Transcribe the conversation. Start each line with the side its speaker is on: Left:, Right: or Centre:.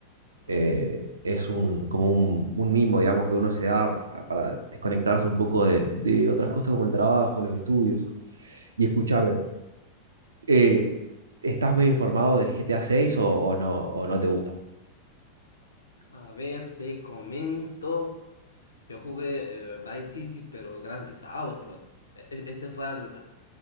Right: eh, es un, como un, un mimo, digamos, que uno se da a- para desconectarse un poco de, de otras cosas como el trabajo, los estudios. Y escúchame, eh, ¿estás medio informado del GTA 6 o, o no, o no te gusta?
Left: A ver, te comento. Yo jugué eh, Vice City, pero Grand Theft Auto. E- e- ese fue al-